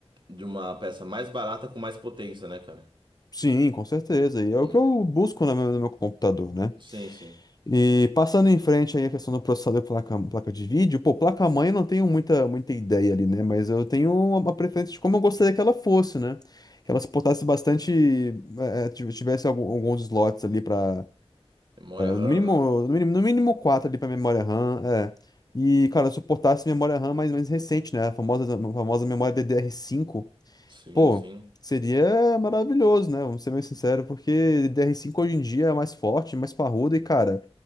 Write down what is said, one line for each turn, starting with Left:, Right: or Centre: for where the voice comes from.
Right: de uma peça mais barata com mais potência, né, cara?
Left: Sim, com certeza. E é
Right: Em-
Left: o que eu busco na- no meu computador, né?
Right: sim, sim.
Left: E passando em frente aí a questão do processador placa, placa de vídeo, pô, placa-mãe eu não tenho muita, muita ideia ali, né? Mas eu tenho uma uma preferência de como eu gostaria que ela fosse, né? Que ela suportasse bastante, eh, tive- tivesse algum- alguns slots ali para,
Right: Memória RAM,
Left: no mínimo,
Right: né?
Left: no mínimo, no mínimo quatro ali para memória RAM, é. E, cara, suportasse memória RAM mais, mais recente, né? A famosa, a famosa memória ddr cinco
Right: Sim,
Left: Pô,
Right: sim.
Left: seria maravilhoso, né? Vamos ser bem sinceros, porque DR5 hoje em dia é mais forte, mais parrudo e, cara,